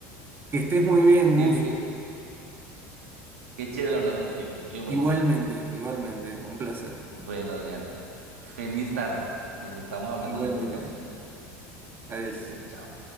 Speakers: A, on the right (about 30°); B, on the right (about 80°).
A: Que estés muy bien,
B: Qué,
A: Gus.
B: qué, qué chévere hablar contigo. Qué bueno.
A: Igualmente, igualmente. Un placer.
B: Bueno, Adrián. Feliz tarde. Nos estamos hablando
A: Igualmente.
B: en otra ocasión. Ok,
A: Adiós.
B: bueno, chao.